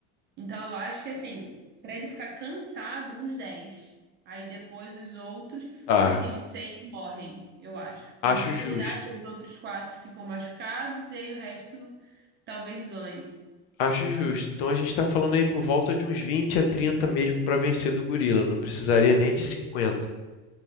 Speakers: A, on the right; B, on the left.
A: Então eu acho que assim, pra ele ficar cansado, uns dez, Aí depois os outros,
B: tá.
A: tipo assim, os seis morrem, eu acho, com
B: Acho
A: tranquilidade.
B: justo.
A: Os outros quatro ficam machucados e aí o resto talvez ganhe.
B: Acho justo. Então a gente está falando aí por volta de uns 20 a 30 mesmo para vencer do gorila. Não precisaria nem de 50.